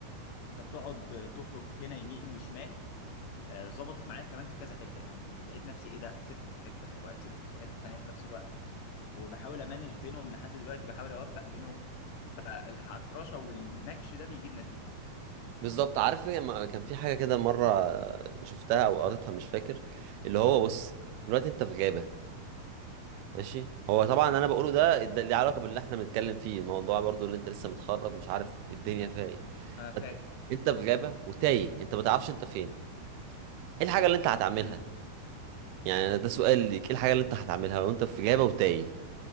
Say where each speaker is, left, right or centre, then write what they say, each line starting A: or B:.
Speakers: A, on the left; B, on the right.
A: انت بتقعد آه، تفرك هنا يمين وشمال آه، ظبطت معايا كمان في كذا حته يعني لقيت نفسي ايه ده اكسبتت في حته واكسبتت في حته تانيه في نفس الوقت وبحاول امانج بينهم لحد دلوقتي بحاول اوفق بينهم فالحكرشه والنكش ده بيجيب نتيجه
B: بالظبط عارف إيه؟ ما- كان في حاجه كده مره شفتها او قريتها مش فاكر اللي هو بص دلوقتي انت في غابه ماشي هو طبعا انا بقوله ده ده اللي علاقه باللي احنا بنتكلم فيه الموضوع برضو اللي انت لسه متخرج ومش عارف الدنيا فيها ايه
A: انا
B: فانت
A: فاهم
B: انت في غابه وتايه انت ما تعرفش انت فين ايه الحاجه اللي انت هتعملها
A: امم
B: يعني ده سؤال ليك ايه الحاجه اللي انت هتعملها لو انت في غابه وتايه